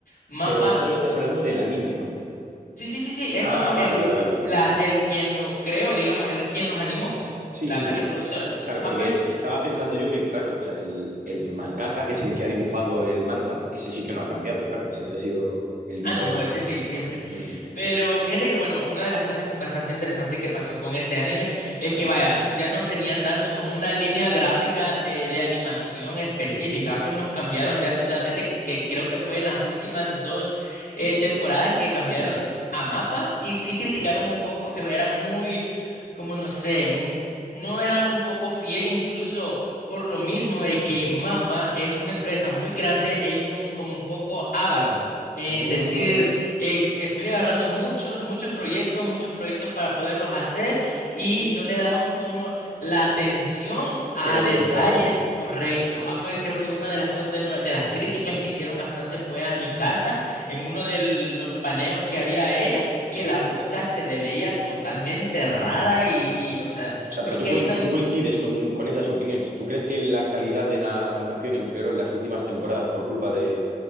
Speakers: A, on the left; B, on the right.
A: Mapa
B: Pero esto estás hablando del anime, ¿no?
A: Sí, sí, sí, sí, es
B: Ah,
A: como el,
B: vale, vale, vale, vale.
A: la, el quien los creó, digamos, el quien los animó,
B: Sí,
A: la
B: sí,
A: casa
B: sí.
A: productora.
B: Claro,
A: Ah,
B: porque
A: pues,
B: est- estaba pensando yo que, claro, o sea, el, el mangaka, que es el que ha dibujado el manga, ese sí que no ha cambiado, claro, ese ha sido el mismo.
A: ah, no, no, ese sí, siempre.
B: Ujú.
A: Pero fíjate que, bueno, una de las cosas bastante interesantes que pasó con ese anime es que, vaya, ya nos venían dando como una línea gráfica eh, de animación específica, pues nos cambiaron ya totalmente, que creo que fue en las últimas dos eh, temporadas que cambiaron
B: ¿Mm?
A: a mapa y sí criticaron un poco que eran muy, como no sé, mu- no eran un poco fiel incluso. Por lo mismo de que Mapa es una empresa muy grande, ellos son como un poco ávaros en
B: Ah,
A: decir eh, estoy agarrando muchos, muchos proyectos, muchos proyectos para poderlos hacer y no le daban como la atención a
B: que necesitaba,
A: detalles
B: ¿no?
A: correcto. Ah, pues creo que una de las cosas, de, una- de las críticas que hicieron bastante fue a mi casa, en uno de los paneos que había a ella, que la boca se le veía totalmente rara y, y o sea,
B: O sea,
A: creo
B: pero tú,
A: que
B: coin-
A: una...
B: tú coincides con, con esas opiniones. ¿Tú crees que la calidad de la animación empeoró en las últimas temporadas por culpa de,